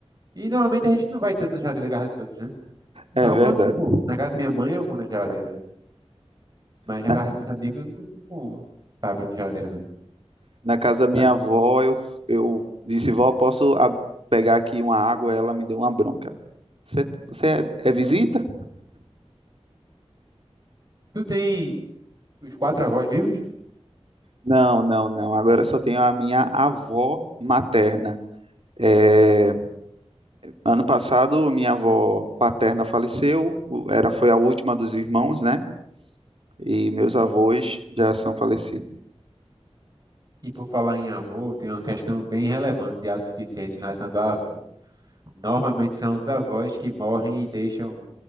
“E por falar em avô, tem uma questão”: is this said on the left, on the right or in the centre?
Right